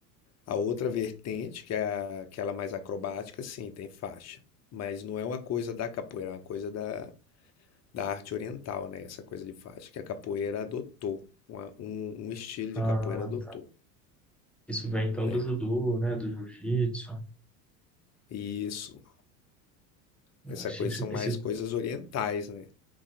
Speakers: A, on the left (about 35°); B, in the centre.
A: a outra vertente, que é a- aquela mais acrobática, sim, tem faixa. Mas não é uma coisa da capoeira, é uma coisa da, da arte oriental, né? Essa coisa de faixa que a capoeira adotou, uma- um, um estilo de
B: Ah,
A: capoeira adotou,
B: tá. Isso vem então
A: né?
B: do judô, né? Do jiu-jitsu.
A: E isso, essa
B: Achei
A: coisa
B: que
A: são mais
B: esse...
A: coisas orientais, né?